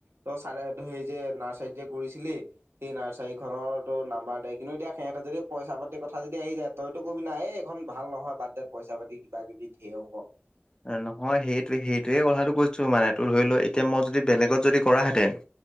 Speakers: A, on the right; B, on the left.
A: তই সেই যে নাৰ্চাৰীত যে কৰিছিলি। সেই নাৰ্চাৰী খনৰতো নাম্বাৰ দে কিন্তু এতিয়া সিহঁতে যদি পইচা পাতি কথা যদি আহি যায়। তইতো কবি নাই এইখন ভাল নহয় বাদ দে পইচা পাতি কিবা কিবি ধেৰ হ'ব।
B: নহয় সেইটো সেইটোয়ে কথাটো কৈছো মানে তোৰ ধৰি লোৱা এতিয়া মই যদি বেলেগত যদি কৰাহেঁতেন।